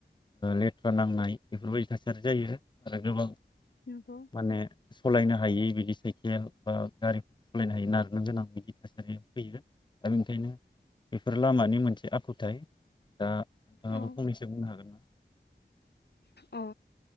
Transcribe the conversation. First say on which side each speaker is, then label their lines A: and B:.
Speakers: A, on the left; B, on the left.
A: लेथ्रा नांनाय बेफोरबायदि थासारि जायो आरो गोबां
B: नंगौ
A: माने सलायनो हायि बिदि साइकेल बा गारि सालायनो हायोना आरो गोनां बिदि थासारिया फैयो दा बेनिखायनो बेफोर लामानि मोनसे आखुथाइ दा नोंथाङाबो
B: औ
A: फंनैसो बुंनो हागोन ना
B: अ ओ